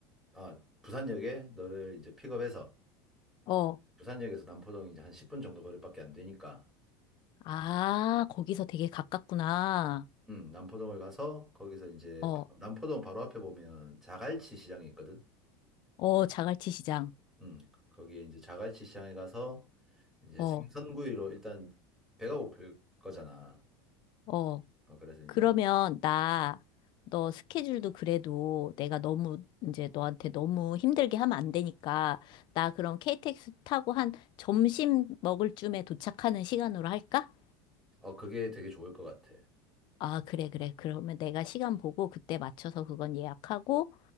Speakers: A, in the centre; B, on the left (about 45°).
A: 아, 부산역에 너를 이제 픽업해서
B: 어, 어.
A: 부산역에서 남포동 이제 한 10분 정도 거리밖에 안 되니까
B: 아, 거기서 되게 가깝구나.
A: 음, 남포동을 가서 거기서 이제
B: 어,
A: 바- 남포동 바로 앞에 보면 자갈치 시장이 있거든.
B: 어, 자갈치 시장.
A: 음, 거기에 이제 자갈치 시장에 가서 이제
B: 어,
A: 생선구이로 일단 배가 고플 거잖아.
B: 어,
A: 어, 그래서 이제
B: 그러면 나 너 스케줄도 그래도 내가 너무 이제 너한테 너무 힘들게 하면 안 되니까 나 그럼 KTX 타고 한 점심 먹을 쯤에 도착하는 시간으로 할까?
A: 어 그게 되게 좋을 것 같아.
B: 아, 그래, 그래. 그러면 내가 시간 보고 그때 맞춰서 그건 예약하고